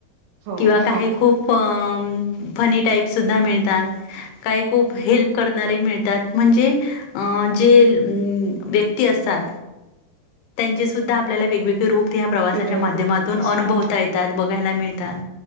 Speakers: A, on the right (about 75°); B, on the left (about 75°).
A: हो
B: किंवा
A: हो.
B: काही खूप प फनी टाईप सुद्धा मिळतात.
A: <inaudible>
B: काही खूप हेल्प करणारे मिळतात. म्हणजे अ जे हम्म व्यक्ती असतात. त्यांचे सुद्धा आपल्याला वेगवेगळे रूप या प्रवासाच्या
A: वेगळे
B: माध्यमातून
A: रूप दिसतात
B: अनुभवत येत. त्यात बघायला मिळतात,